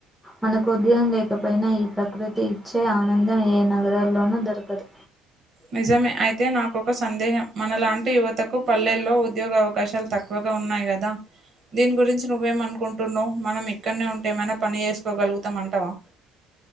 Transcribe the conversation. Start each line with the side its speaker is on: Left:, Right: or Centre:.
Centre: మనకు <unintelligible> లేకపోయినా ఈ ప్రకృతి ఇచ్చే ఆనందం ఏ నగరాల్లోనూ దొరకదు
Right: నిజమే అయితే నాకొక సందేహం మనలాంటి యువతకు పల్లెల్లో ఉద్యోగ అవకాశాలు తక్కువ గా ఉన్నాయి కదా దీని గురించి నువ్వేమ అనుకుంటున్నావు మనం ఇక్కడనే ఉంటే ఏమైనా పని చేసుకోగలుగుతాం అంటావా <inaudible>